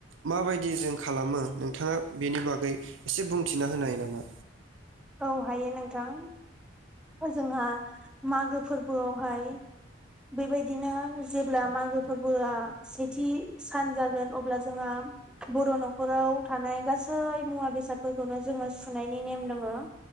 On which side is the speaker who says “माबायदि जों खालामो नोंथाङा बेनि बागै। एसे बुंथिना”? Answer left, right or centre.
Right